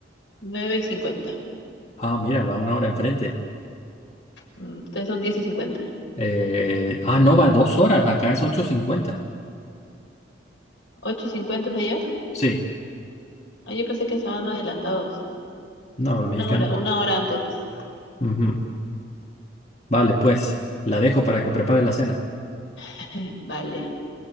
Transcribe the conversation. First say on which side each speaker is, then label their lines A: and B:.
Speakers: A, on the left; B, on the left.
A: nueve y cincuenta
B: Ah, mira, va una hora enfrente.
A: Mm, Ustedes son diez y cincuenta
B: Eh, ah, no, va dos horas. Acá es ocho cincuenta.
A: ocho y cincuenta es allá?
B: Sí,
A: Ah, yo pensé que estaban adelantados.
B: no, el
A: Una
B: mexicano.
A: hora, una hora antes.
B: Ujú. Vale, pues,
A: Mm,
B: la dejo para que prepare la cena.
A: <laughs> Vale.